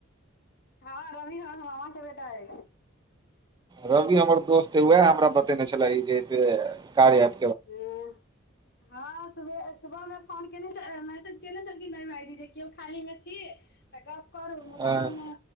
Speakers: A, on the left; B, on the right.
A: हँ रवी हमर मामा के बेटा अइछ
B: रवि हमर दोस्त हे वएह हमरा बतेने छले ई जेसे कार्य एप
A: हँ हँ सुबह सुबहमे फोन केने मैसेज केने छलखिन रवी भाायजी जे केओ खाली मे छी तऽ गप करू मुदा
B: हँ
A: हम